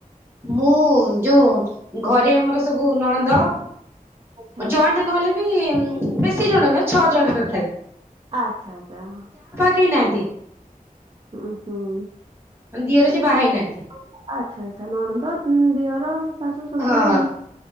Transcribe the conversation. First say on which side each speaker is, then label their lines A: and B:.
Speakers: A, on the right (about 15°); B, on the right (about 35°).
A: ମୁଁ ଯୋଉ ଘରେ ଆମର ସବୁ ନଣନ୍ଦ
B: ଆଚ୍ଛା
A: ଜଏଣ୍ଟ ନହେଲେ ବେଶୀ ଜଣ ନୁହେଁ ଛଅ ଜଣ ତଥାପି।
B: ଆଚ୍ଛା ଆଚ୍ଛା ହଁ।
A: କେହି ନାହାନ୍ତି?
B: ଉଁ ହୁଁ।
A: ମାନେ ଦିଅର
B: <inaudible>
A: ଯିଏ ବାହା ହେଇନାହାନ୍ତି।
B: ଆଚ୍ଛା ଆଚ୍ଛା ନଣନ୍ଦ ତୁ ଦିଅର ଶାଶୁ ଶ୍ୱଶୁର
A: ହଁ
B: ଏମତି